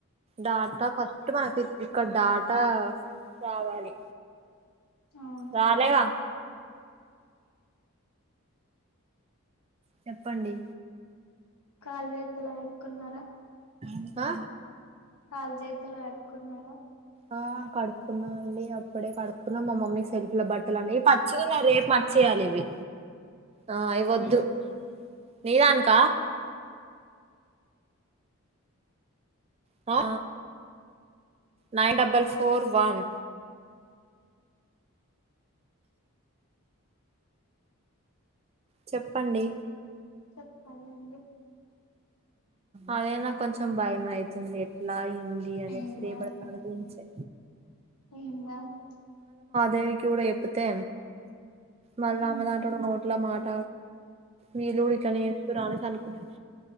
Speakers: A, on the right; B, on the left.
A: డాటా ఫస్ట్ మనకి ఇక్ ఇక్కడ్ డాటా రావాలి
B: అవును
A: రాలేగా చెప్పండి
B: కాల్లు చేతులు కడుకున్నారా?
A: ఆ
B: కాల్ చేతులు కడుకున్నారా?
A: ఆ కడుక్కున్నా అండి అప్పుడే కడుక్కున్నాం మా మమ్మీ సెల్ఫ్ లో బట్టలు అన్ని పచ్చిగున్నాయ్ రేప్ మచ్చి ఆలివి ఆ ఇవి వద్దు నీ దానికా ఆ నైన్ డబల్ ఫోర్ వన్ చెప్పండి
B: చెప్పాలండి
A: అదె నా కొంచెం భయం అయితుంది ట్లా ఏంది అనేసి
B: ఏం
A: రేపట్ల
B: కాదులే
A: గురించే
B: ఏం కాదు
A: దేవికి కూడా చెప్పితే మళ్ళ
B: ఆ
A: ఆమే దాంట్లో కూడా నో ట్లా మాట వీళ్ళు కూడా ఇట్లనే చేస్తుర్రా అనేసి అనుకున్